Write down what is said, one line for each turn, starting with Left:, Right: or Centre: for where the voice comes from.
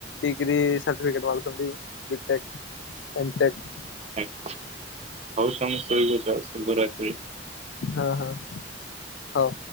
Left: ଡିଗ୍ରୀ ସାର୍ଟିଫିକେଟ ମାଗୁଛନ୍ତି ବିଟେକ ଏମଟେକ।
Right: ଆଚ୍ଛା ହଉ ତମେ ସୋଇବ ଯାଅ ଶୁଭରାତ୍ରି।
Left: ହଁ ହଁ ହଉ